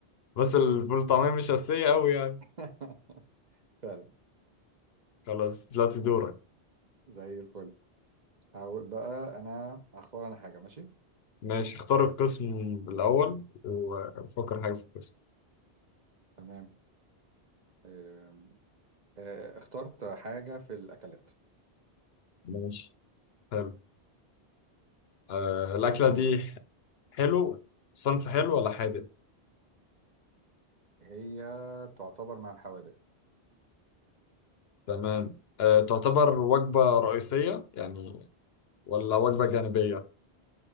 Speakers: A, on the left; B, on the right.
A: بس الفول طعمية مش أساسية أوي يعني
B: <laughs> فعلا
A: خلاص دلوقتي دورك
B: زي الفل هقول بقى انا هختار انا حاجه ماشي
A: ماشي اختار القسم الأول وفكر حاجة في القسم
B: تمام آه، آه، اخترت حاجة في الأكلات
A: ماشي حلو آه الأكلة
B: اسألني
A: دي
B: إيه بقى
A: حلو صنف حلو ولا حادق
B: هي تعتبر مع الحوادق
A: تمام آه تعتبر وجبة رئيسية يعني ولا وجبة جانبية